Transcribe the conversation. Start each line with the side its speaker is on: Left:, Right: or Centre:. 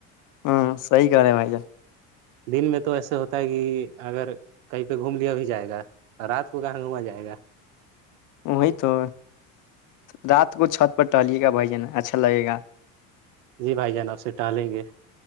Left: ہاں سی کر رہے بائی جا
Right: دن میں تو ایسے ہوتا ہے کہ اگر کہیں پہ گھوم لیا بھی جائے گا رات کو کہاں گھوما جائے گا
Left: وہی تو رات کو چھت پر ٹہلے گا بھائی جن اچھا لگے گا
Right: جی بھائی جان آپ سے ٹالیں گے